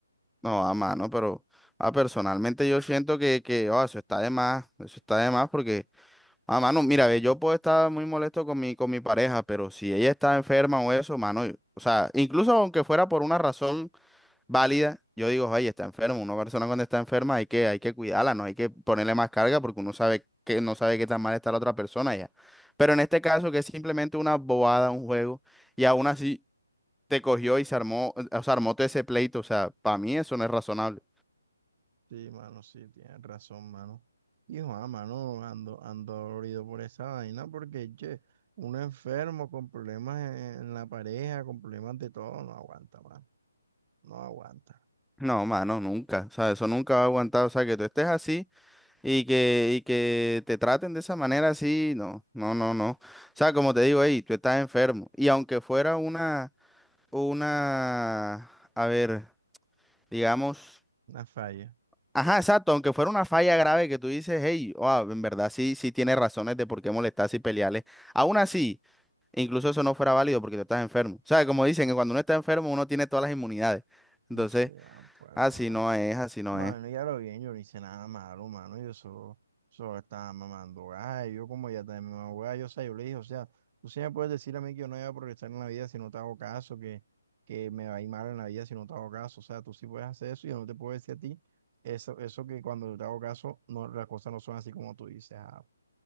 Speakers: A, in the centre; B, on the right (about 35°).
A: No, a mano, pero ah, personalmente yo siento que, que ah, eso está de más. Eso está de más porque, a mano, mira, ve, yo puedo estar muy molesto con mi, con mi pareja, pero si ella está enferma o eso, mano, yo- o sea, incluso aunque fuera por una razón. válida, yo digo, oye, está enfermo, una persona cuando está enferma hay que, hay que cuidarla, no hay que ponerle más carga porque uno sabe que no sabe qué tan mal está la otra persona ya. Pero en este caso que es simplemente una bobada, un juego, y aún así te cogió y se armó, o sea, armó todo ese pleito, o sea, para mí eso no es razonable.
B: Sí, mano, sí, tienes razón, mano. Hijo, ah, mano, ando, ando dolorido por esa vaina porque, che, uno enfermo con problemas en, en la pareja, con problemas de todo, no aguanta, mano, no aguanta,
A: No, mano, nunca, o sea, eso nunca va a aguantar, o sea, que tú estés así y que, y que te traten de esa manera así, no, no, no, no. O sea, como te digo, hey, tú estás enfermo, y aunque fuera una, una, a ver. digamos.
B: una falla.
A: Ajá, exacto, aunque fuera una falla grave que tú dices, hey, wow, en verdad sí, sí tiene razones de por qué molestarse y pelearle. Aún así, incluso eso no fuera válido porque tú estás enfermo. O sea, como dicen que cuando uno está enfermo uno tiene todas las inmunidades. Entonces,
B: Sí, ah, pues,
A: así
B: mano.
A: no es, así no
B: Mano,
A: es.
B: ya lo bien, yo no hice nada malo, mano. Yo solo, solo estaba mamando gallo. Yo, como ya también mamando gallo, o sea, yo le dije, o sea, tú sí me puedes decir a mí que yo no voy a progresar en la vida si no te hago caso, que, que me va a ir mal en la vida si no te hago caso. O sea, tú sí puedes hacer eso y yo no te puedo decir a ti eso, eso que cuando yo te hago caso, no, las cosas no son así como tú dices. Ah,